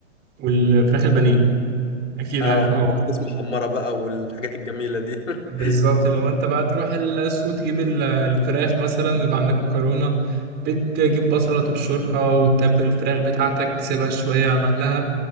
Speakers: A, on the right; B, on the left.
A: والفراخ البانيه اكيد
B: اه
A: عارفها
B: وبطاطس
A: طبعاً.
B: محمره بقى والحاجات الجميله دي
A: بالظبط
B: <laughs>
A: اللي هو انت بقى تروح السوق تجيب ال- الفراخ مثلا ويبقى عندك مكرونه بتجيب بصله تبشرها وتتبل الفراخ بتاعتك تسيبها شويه على مهلها